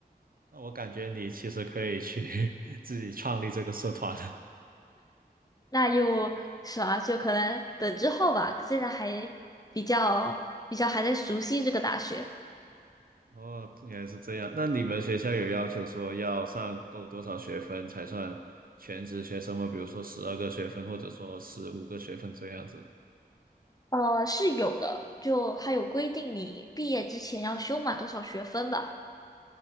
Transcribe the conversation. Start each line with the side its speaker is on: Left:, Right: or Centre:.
Right: 那我感觉你其实可以去 <laughs> 自己创立这个社团。
Left: 那又是吧，就可能等之后吧，现在还比较比较还在熟悉这个大学。
Right: 哦，原来是这样。那你们学校有要求说要上够多少学分才算全职学生吗？比如说十二个学分，或者说十五个学分这样子？
Left: 呃，是有的，就还有规定你毕业之前要修满多少学分吧。